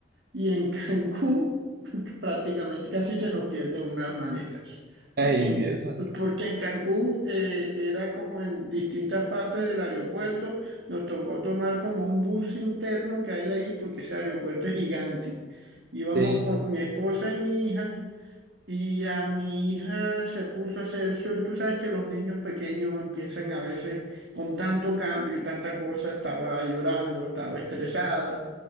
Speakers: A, on the right; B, on the right.
A: Y en Cancún <laughs> prácticamente casi se nos pierden unas maletas, porque
B: Ay,
A: en,
B: Dios santo.
A: porque en Cancún eh, era como en distintas partes del aeropuerto, nos tocó tomar como un bus interno que hay ahí, porque ese aeropuerto es gigante. Íbamos
B: Sí.
A: con mi esposa y mi hija y a mi hija se puso a hacer show. Y tú sabes que los niños pequeños empiezan a veces con tanto cambio y tanta cosa, estaba llorando, estaba estresada.